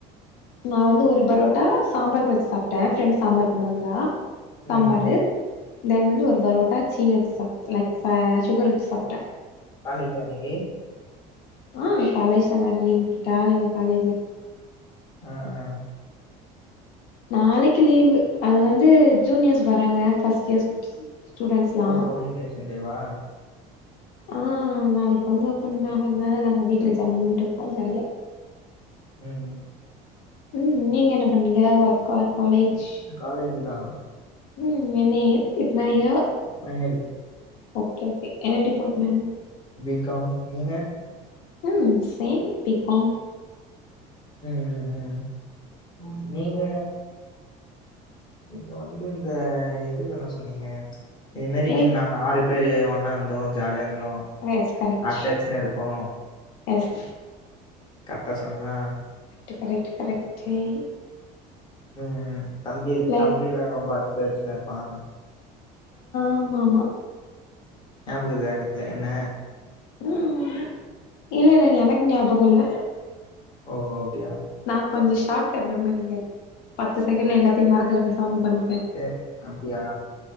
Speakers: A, on the left (about 75°); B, on the left (about 25°).
A: நா வந்து ஒரு பரோட்டா சாம்பாருக்கு வச்சு சாப் ட்ட ஃப்ரெண்ட் சாம்பார் கொண்டு வந்தா சாம்பாரு
B: ம் ம்
A: தென் வந்து ஒரு பரோட்டா சீனி வச்சு சாப் லைக் ஆ சுகர் வச்சு சாப்ட்ட
B: காலேஜ்ஜா இன்னைக்கு
A: ஆ காலேஜ்தா வேற லீவ் விட்டுட்டாலைங்க காலேஜு
B: ஆ ஆ
A: நாளைக்கு லீவு அது வந்து ஜூனியர்ஸ் வராங்க ஃபஸ்ட் இயர்ஸ் ஸ்டூடெண்ட்ஸ்லா
B: ஒ ஒரியன்டேஷன் டேவா
A: ஆ நாளைக்கு வந்து ஓப்பன் ஆகறதால நாங்க வீட்ல ஜம்முன்னு இருப்போ ஜாலியா
B: ம்
A: ம் நீங்க என்ன பண்ணீங்க ஒர்க் ஆர் காலேஜ்
B: காலேஜுதா
A: ம் என்ன இத் எத்தன இயர்
B: ஃபைனல்
A: ஓகே ஓகே என்ன டிப்பார்ட்மெண்ட்
B: பிகாம் நீங்க
A: ம் சேம் பிகாம்
B: ம் ம் ம் நீங்க நீங்க வந்து இந்த இது தான சொன்னீங்க இது மாரி
A: எஸ்
B: நீ நா ஆறு துரு ஒன்னா இருந்தோ ஜாலியா இருந்தோ
A: எஸ் கரெக்ட்
B: அட்டாச்சுன்னு இருப்போ
A: எஸ்
B: கரெட்டா சொன்னேனா
A: கரெக்ட்டு கரெக்ட் கரெக்டேய்
B: ம் ம் தம்பி
A: லைக்
B: தம்பி எல்லா ரொம்ப ஆஃபெக்ஷனா இருப்பா
A: ஆமா ஆமா
B: ஞாபகயிருக்கா ங்கள என்ன
A: ம் இல்லல்ல எனக்கு ஞாபகோ இல்ல
B: ஓ அப்டியா
A: நா கொஞ்சோ ஷார்ட்ட மெமரிங்க பத்து செகண்ட்ல எல்லாத்தையு மறந்துட்டு பேசாம உக்காந்
B: சேர் அப்படியா